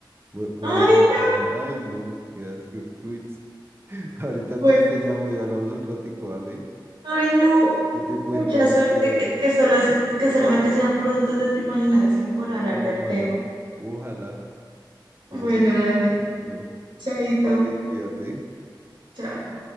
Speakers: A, on the right; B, on the right.
A: Voy, voy
B: Ay,
A: a ir a mirar.
B: no.
A: Ay, no, qué asco. Uy, ts. <laughs> ahorita
B: Bueno.
A: entonces te llamo y hablamos un ratico, ¿vale?
B: Ay, no.
A: Yo te cuento
B: Mucha
A: a ver
B: suerte
A: qué era.
B: que, que solo se-
A: Uy,
B: que solamente sean productos de tu imaginación por hablar
A: no,
B: del
A: ojalá,
B: tema.
A: ojalá.
B: Bueno,
A: De pronto que,
B: dale.
A: uy, no.
B: Chaito.
A: Vale, cuídate.
B: Chao.